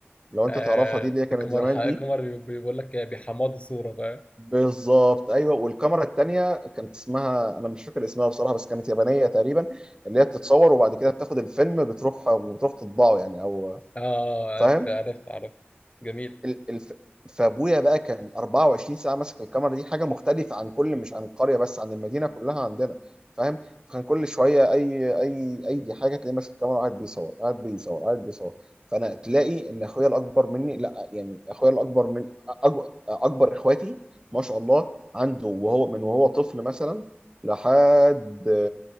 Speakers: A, on the right; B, on the left.
A: لو انت
B: آه،
A: تعرفها دي اللي هي كانت
B: القمر
A: زمان
B: الح- القمر
A: دي
B: بي- بيقول لك بيحمضوا الصورة فاهم؟
A: بالظبط ايوه والكاميرا التانية كانت اسمها انا مش فاكر اسمها بصراحه بس كانت يابانيه تقريبا اللي هي بتتصور وبعد كده بتاخد الفيلم بتروح وبتروح تطبعه يعني او
B: اه عارف
A: فاهم
B: عارف عارف جميل
A: ال- الف... فابويا بقى كان 24 ساعه ماسك الكاميرا دي حاجه مختلفه عن كل مش عن القريه بس عن المدينه كلها عندنا فاهم فكان كل شويه اي اي اي حاجه تلاقيه ماسك الكاميرا وقاعد بيصور قاعد بيصور قاعد بيصور فانا تلاقي ان اخويا الاكبر مني لا يعني اخويا الاكبر من أج... اكبر اخواتي ما شاء الله عنده وهو من وهو طفل مثلا لحد